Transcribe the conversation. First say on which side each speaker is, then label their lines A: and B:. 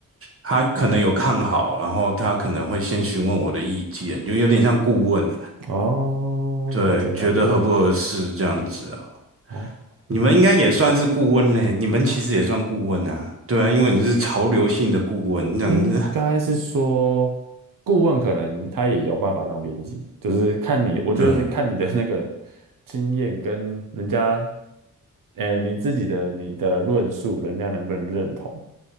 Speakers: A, on the right (about 45°); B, on the right (about 80°).
A: 他可能有看好，然后他可能会先询问我的意见，就有点像顾问。
B: 哦，
A: 对，
B: 了解了解。
A: 觉得合不合适这样子啊？
B: 哦，
A: 你们应该也算是顾问嘞，你们其实也算顾问啊，对啊，因为你是潮流性的顾问这样子，
B: 应该是说，顾问可能他也有办法当编辑，就是看你，我觉得是看你的那个
A: 对
B: 经验跟人家，哎，你自己的你的论述，人家能不能认同？